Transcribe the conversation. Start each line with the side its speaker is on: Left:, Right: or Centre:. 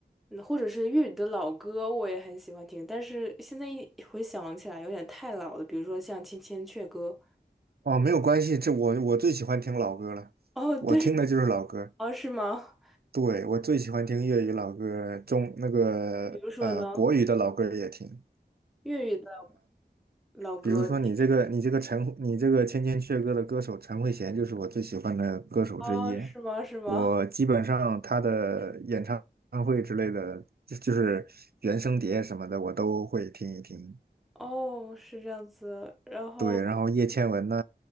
Centre: 嗯或者是粤语的老歌我也很喜欢听，但是现在一回想起来有点太老了，比如说像《千千阙歌》，
Right: 哦，没有关系，这我我最喜欢听老歌了，
Centre: 哦，对，
Right: 我听的就是老歌。
Centre: 哦，是吗？
Right: 对，我最喜欢听粤语老歌，中那个呃国语的老歌也听。
Centre: 比如说呢，粤语的老歌你听什么？
Right: 比如说你这个你这个陈你这个千千阙歌的歌手陈慧娴就是我最喜欢的歌手之一，
Centre: 哦，是吗？是吗？
Right: 我基本上她的演唱会之类的，就就是原声碟什么的我都会听一听。
Centre: 哦，是这样子，然后。
Right: 对，然后叶倩文呐、